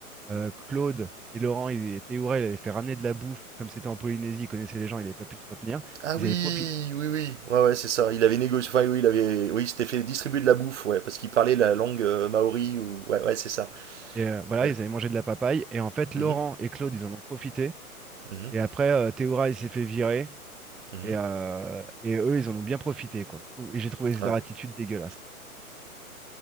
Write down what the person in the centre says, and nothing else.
Euh, Claude et Laurent, ils, et Théoura, ils avaient fait ramener de la bouffe, comme c'était en Polynésie, ils connaissaient les gens, ils n'avaient pas pu se retenir.
Ils
avaient profi-
Et euh, voilà,
ils avaient mangé de la papaye. Et en fait, Laurent
et Claude, ils en ont profité.
Et après, euh, Théoura, il s'est fait virer.
Et, euh, et eux, ils en ont bien profité, quoi. Je trouve- et j'ai trouvé
leur attitude dégueulasse.